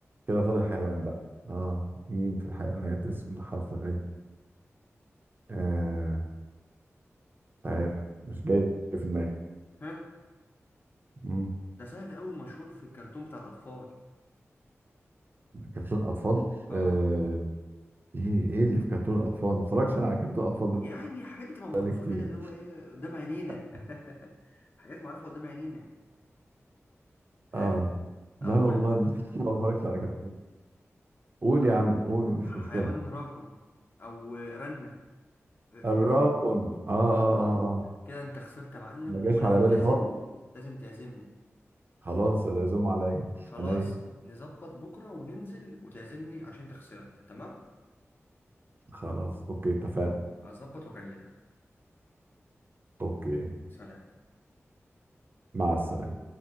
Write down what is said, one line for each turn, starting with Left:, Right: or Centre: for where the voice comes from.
Right: كده فاضل حيوان بقى اه مين في الحيوانات اسمه حرف الري آه مش عارف مش جاي في دماغي
Left: ها
Right: مم.
Left: ده سهل قوي مشهور في الكرتون بتاع الاطفال
Right: كرتون اطفال
Left: اه
Right: آه ايه ايه اللي في كرتون الاطفال ما اتفرجش انا على كرتون اطفال
Left: يعني حاجات بتبقى معروفة
Right: بقالي كتير
Left: كده اللي هو ايه قدام عينينا
Right: <laughs>
Left: <laughs> حاجات معروفة قدام عينينا ها
Right: اه لا
Left: اقول
Right: والله ما ما بتفرجش على كرتون قول
Left: أو
Right: يا عم قول مفيش
Left: حيوان
Right: مشكلة
Left: راكن او رنة آه، فيوش
Right: الراكون اه
Left: اه
Right: اه اه اه
Left: كده انت خسرت يا معلم
Right: ما جاش
Left: ولازم
Right: على بالي
Left: تعزمني
Right: خالص
Left: لازم تعزمني
Right: خلاص العزوم عليا
Left: خلاص
Right: عينيا
Left: نظبط بكرة وننزل وتعزمني عشان انت خسرت تمام
Right: خلاص اوكي اتفقنا
Left: هظبط واكلمك
Right: اوكي
Left: سلام
Right: مع السلامة